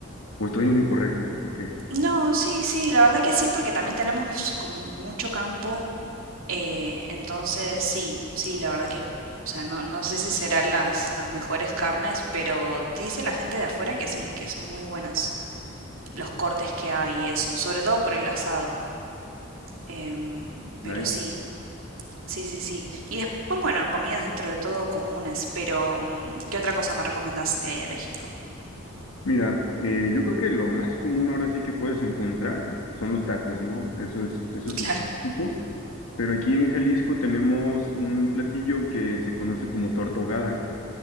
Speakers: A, on the left; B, on the right.
A: o estoy en lo incorrecto, porque
B: No, sí, sí, la verdad que sí, porque también tenemos como mucho campo. eh, entonces, sí, sí, la verdad que, o sea, no, no sé si serán las, las mejores carnes, pero dice la gente de afuera que sí, que son muy buenas los cortes que hay y eso, sobre todo por el asado. Em, pero
A: hay
B: sí, sí, sí, sí. Y después, bueno, comidas dentro de todo comunes, pero mm, ¿qué otra cosa me recomendás de ahí de México?
A: Mira, eh, yo creo que lo más común ahora sí que puedes encontrar son los tacos, ¿no? Eso es, eso es
B: Claro.
A: un poco. Pero aquí en Jalisco tenemos un platillo que se conoce como tortogada.